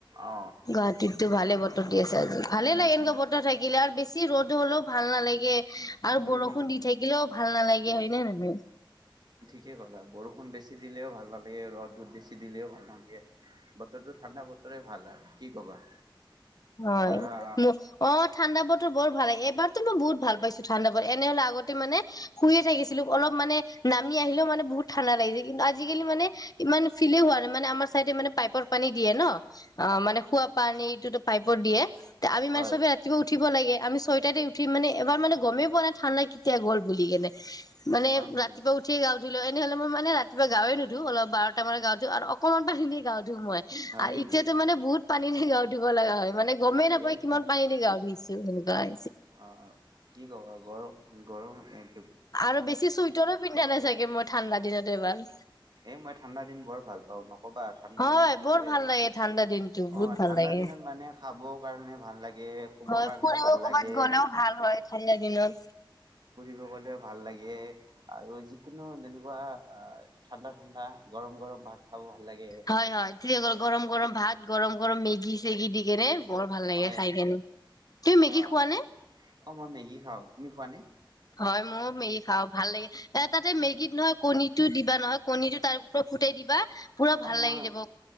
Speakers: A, on the right; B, on the left.
A: অ
B: গুৱাহাটীতো ভালে বতৰ দি আছে আজি।
A: উম
B: ভালে লাগে এনেকুৱা
A: উম
B: বতৰ থাকিলে আৰু বেছি ৰ'দ হ'লেও ভাল নালাগে। আৰু
A: উম
B: বৰষুণ
A: উম
B: দি থাকিলেও ভাল নালাগে হয় নে নহয়?
A: ঠিয়ে কলা। বৰষুণ বেছি দিলেও ভাল নালাগে, ৰ'দ বেছি দিলেও ভাল নালাগে, বতৰটো ঠাণ্ডা বতৰে ভাল আৰু কি ক'বা।
B: হয়।
A: আহ
B: উ অ' ঠাণ্ডা বতৰ বৰ ভাল লাগে, এইবাৰ তাত মই বহুত ভাল পাইছো ঠাণ্ডা পৰে। এনেহলে আগতে মানে শুইয়ে থাকিছিলো অলপ মানে নামি আহিলেও মানে বহুত ঠাণ্ডা লাগিজি কিন্তু আ আজিকালি মানে ইমান ফিলেই হোৱা নাই। মানে আমাৰ চাইডে মানে পাইপৰ পানী দিয়ে ন। অ' মানে খোৱা পানীটোতো পাইপত দিয়ে। ত আম
A: হয়
B: মানে চবে ৰাতিপুৱা উঠি উঠিব লাগে আমি ছয়টাতে উঠি মানে এবাৰ মানে গমেই পোৱা নাই ঠাণ্ডা কেতিয়া গ'ল বুলি কেনে। মানে
A: হয় নেকি?
B: ৰাতিপুৱা উঠিয়ে গা ধোলো এনে হ'লে মই মানে ৰাতিপুৱা গায়ে নুধো বাৰটা মান গা ধো আৰু অকণমান পানী গা ধো মই
A: হয় নেকি?
B: এতিয়াতো মানে বহুত পানী <unintelligible> লগা হয়। মানে গমেই নাপায়
A: এই
B: কিমান
A: ঠা
B: পানী দি গা ধুই আছে। গাই
A: অ কি ক বা গ গৰম এক
B: আৰু বেছি চুইটাৰো পিন্ধা নাই চাগে তে মই ঠাণ্ডা দিনত এবাৰ।
A: এ মই ঠাণ্ডা দিন বৰ ভাল পাওঁ ন কবা ঠাণ্ডা
B: হয়
A: দিনত মোক
B: বৰ
A: এ
B: ভাল লাগে ঠাণ্ডা দিনটো
A: অ
B: বহুত ভাল
A: ঠাণ্ডা
B: লাগে
A: দিনত মানে খাব কাৰণে ভাল লাগে শুব
B: হয়
A: কাৰণে
B: ফুৰিব
A: ভাল
B: ক'ৰবাত
A: লাগে
B: গ'লেও ভাল হয় ঠাণ্ডা দিনত
A: ফুৰিব গলেও ভাল লাগে। দিয়ে আৰু যিকোনো তেনেকুৱা আ ঠাণ্ডা ঠাণ্ডা গৰম গৰম ভাত খাব ভাল লাগে।
B: হয় হয় ঠিকে গৰম গৰম ভাত গৰম গৰম মেগী চেগি দি কেনে বৰ ভাল
A: হয়
B: লাগে খাই কেনে। তুমি মেগী
A: অ'
B: খোৱা নে?
A: অ' মই মেগী খাওঁ, তুমি খোৱা নে?
B: হয়, ময়ো মেগী খাওঁ ভাল লাগে এ তাতে মেগীত নহয় কণীটো দিবা নহয় কণীটো তাৰ ফুটাই দিবা পুৰা
A: অ'
B: ভাল
A: মই
B: লাগি যাব